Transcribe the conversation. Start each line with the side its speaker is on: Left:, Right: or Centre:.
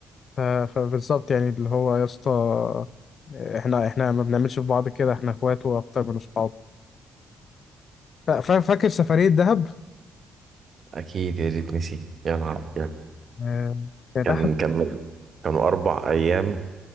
Left: ف- فبالظبط يعني اللي هو يا اسطى احنا احنا ما بنعملش في بعض كده احنا اخوات واكتر من اصحاب فا- فا- فاكر سفرية دهب
Right: اكيد يا ريت نسي يا نهار أبيض.
Left: آه، كانت
Right: كان
Left: أحلى
Right: كان كانوا اربع ايام